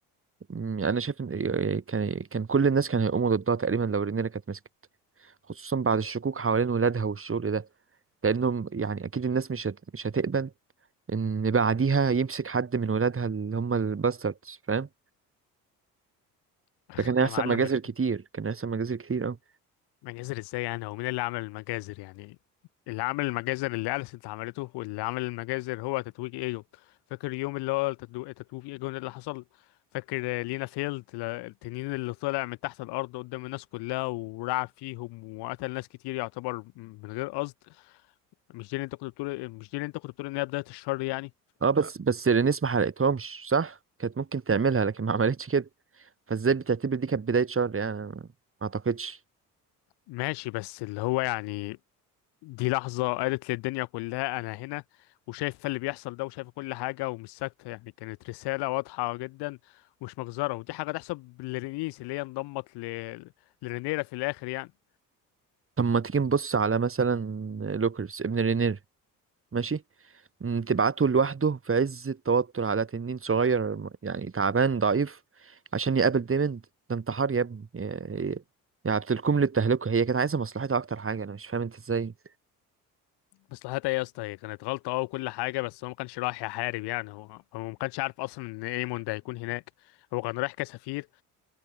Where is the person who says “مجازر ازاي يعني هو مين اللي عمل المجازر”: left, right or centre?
Left